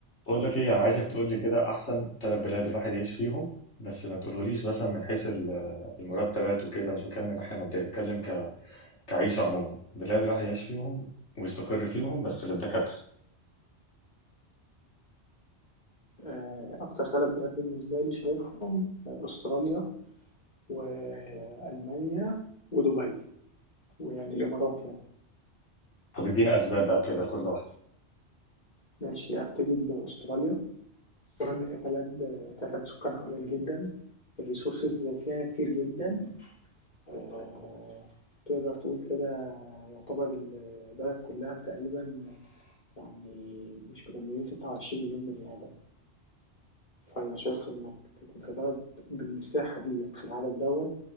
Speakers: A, on the left; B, on the left.
A: بقول لك ايه انا عايزك تقول لي كده احسن ثلاث بلاد الواحد يعيش فيهم بس ما تقولهوليش مثلا من حيث ال- المرتبات وكده مش بتكلم من ناحيه ماديه بتكلم ك... كعيشه عموما بلاد الواحد يعيش فيهم ويستقر فيهم بس للدكاتره
B: آه، أكتر ثلاث بلاد بالنسبة لي شايفهم آه، أستراليا وألمانيا ودبي ويعني الإمارات يعني
A: طب ادينا اسباب بقى كده لكل واحده
B: ماشي أبتدي بأستراليا أستراليا بلد آه، تعداد سكانها قليل جدا الريسورسز فيها كتير جدا آه، تقدر تقول كده يعتبر البلد كلها تقريبا يعني مش مكملين 26 مليون بني آدم فأنا شايف إنك تكون في بلد بالمساحة ديّة، في العدد دوّة،